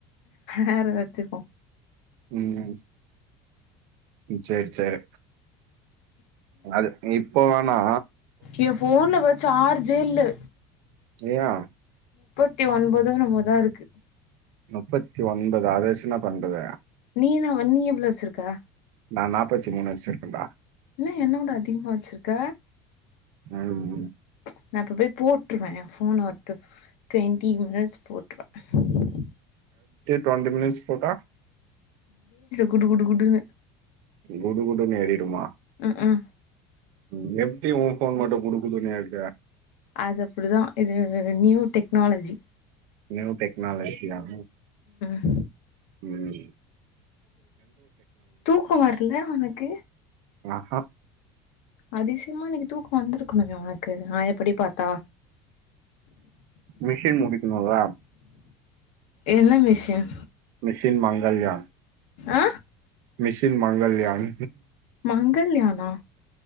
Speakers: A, on the left; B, on the right.
A: வேற வச்சிப்போ
B: ம் ம் சேரி சேரி அது <unintelligible> போவோனா
A: ய ஃபோன்ல வேற சார்ஜ் நிள்ளு
B: யா
A: த்தி ஒன்பதும் என்னோமோ தா இருக்கு
B: முப்பத்தி ஒன்பது அதவச்சி என்ன பண்றது
A: நீ நா வன்னி எவ்ளோ வச்சுருக்க
B: நா நாப்பத்தி மூணு வச்சிருக்க ப
A: என்ன என்ன விட அதிகமா வச்சிருக்க
B: ம்
A: ச் நான் இப்ப போய் போற்றுவ எ ஃபோன் ஒட்டு டிவென் தீ மினஸ் போட்டுரவா
B: டொன்ட்டி மினிட்ஸ் போட்டா
A: குட்டு குட்டு குட்டுங்க
B: குடு குடு ஏறிடுமா
A: ம் ம்
B: ம் எப்டி உ ஃபோன் மட்டு குடு குடு ஏறு
A: அது அப்படிதான் இது இது நியூ டெக்னாலஜி
B: நியூ டெக்னாலஜி ஆ
A: ஹம்
B: ம்
A: தூக்கம் வரல உனக்கு
B: ஆ ஹா
A: அதிசியமா இன்னிக்கு தூக்கம் வந்திருக்கனுமே உனக்கு நாயப்படி பாத்தா
B: மிஷின் முடிக்கனும்ல
A: என்ன மிஷின்
B: மிஷின் மங்கல்யான்
A: அ
B: மிஷின் மங்கல்யான்
A: மங்கல்யானா